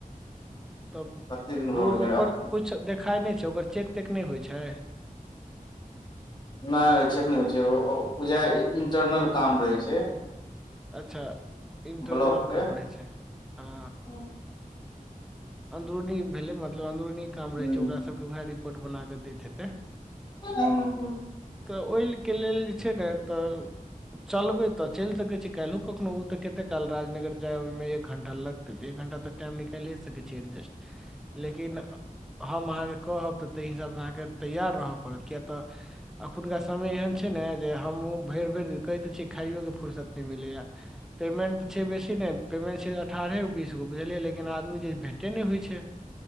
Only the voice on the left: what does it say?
कते दिन भऽ
गेलै
आब
नय चेक नय होइ छै ओ-ओ बुझाइया इं-इंटरनल काम रहै छै।
ब्लॉक के
हूँ
हूँ
हुं- हुं-